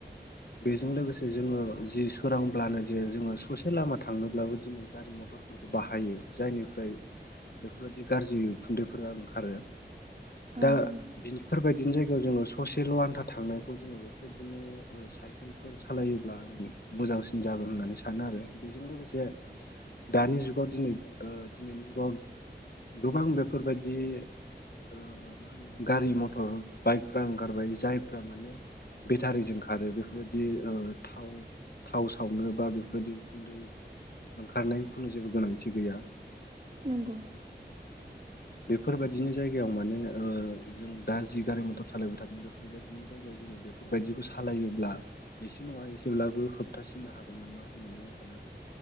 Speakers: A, on the left; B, on the right.
A: बेजों लोगोसे जोङो जि सोरांब्लानो जे जोङो ससे लामा थांनोब्लाबो दिनै गारि मथरफोरखौ बाहायो जायनिफ्राय बेफोरबायदि गाज्रि खुन्दैफोरा ओंखारो
B: ओं
A: दा
B: ओं
A: बिफोरबायदिनो जायगायाव जोङो ससेल आान्था थांनायखौ जोङो बेफोरबायदिनो साइकेलफोर सालायोब्ला आं मोजांसिन जागोन होननानै सानो आरो बेजों लोगोसे दानि जुगाव दिनै ओ दिनैनि जुगाव गोबां बेफोरबायदि ओ मा होनो गारि मथर बाइकफ्रा ओंखारबाय जायफ्रा माने बेटारिजों खारो बेफो फोरबायदि ओ थाव थाव सावनो बा बेफोरबायदि उखुन्दै ओंखारनायनि खुनु जेबो गोनांथि गैया।
B: नंगौ
A: बेफोरबायदिनो जायगायाव माने ओ जों दा जि गारि मथर सालायबाय थादों बे फोरबायदिनो जायगायाव जोङो बेफोरबायदिखौ सालायोब्ला एसे नङा एसेब्लाबो होबथासिननो हागोन नामा होननानै आं सानो आरो